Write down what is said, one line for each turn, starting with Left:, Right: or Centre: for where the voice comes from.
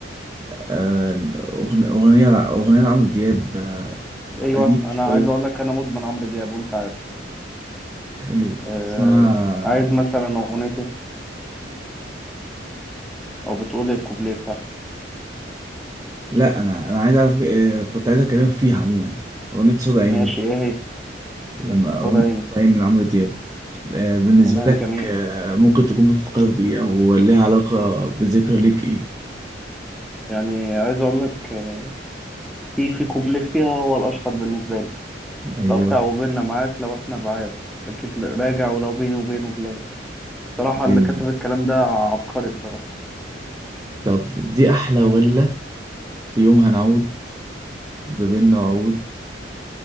Right: آه أغنية أغنية أغنية لعمرو دياب آه،
Centre: ايوه
Right: قديمة
Centre: انا
Right: شوية
Centre: عايز اقول لك انا مدمن عمرو دياب وانت عارف
Right: حلو
Centre: آه
Right: اسمها
Centre: عايز مثلا اغنيتي او بتقول إيه، الكوبليه بتاعها
Right: لأ أنا أنا عايز أعرف آه كنت عايز أكلمك فيها عموما أغنية صوت عيني
Centre: ماشي ايه هي
Right: لما أغنية
Centre: قصاد عيني
Right: صوت عيني لعمرو دياب آه بالنسبة
Centre: تمام
Right: لك
Centre: جميل
Right: آه ممكن تكون بتفكرك بإيه أو ليها علاقة بذكرى ليك إيه؟
Centre: يعني عايز اقول لك آه، في في كوبليه فيها هو الاشهر بالنسبه لي
Right: أيوه
Centre: لو بتاع وبيننا معاد لو احنا بعاد اكيد راجع ولو بيني وبينه بلاد بصراحه
Right: جامد
Centre: اللي كتب الكلام ده عبقري بصراحه
Right: طب دي احلى ولا في يوم هنعود ده بينا وعود